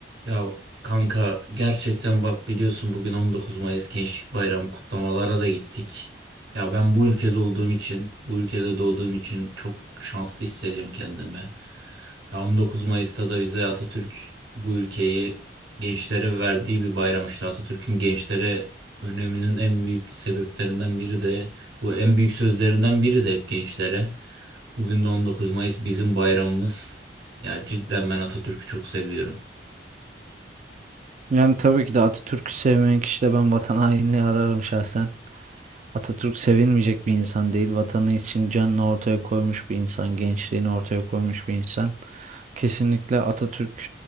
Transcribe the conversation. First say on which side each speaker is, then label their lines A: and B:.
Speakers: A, on the right; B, on the right.
A: Ya kanka gerçekten bak biliyorsun bugün 19 Mayıs Gençlik Bayramı kutlamalara da gittik. Ya ben bu ülkede olduğum için, bu ülkede doğduğum için çok şanslı hissediyorum kendimi. Ya 19 Mayıs'ta da bize Atatürk bu ülkeyi gençlere verdiği bir bayram işte. Atatürk'ün gençlere öneminin en büyük sebeplerinden biri de bu en büyük sözlerinden biri de hep gençlere. Bugün de 19 Mayıs bizim bayramımız. Ya cidden ben Atatürk'ü çok seviyorum.
B: Yani tabii ki de Atatürk'ü sevmeyen kişi de ben vatan hainliği ararım şahsen. Atatürk sevilmeyecek bir insan değil. Vatanı için canını ortaya koymuş bir insan, gençliğini ortaya koymuş bir insan. Kesinlikle Atatürk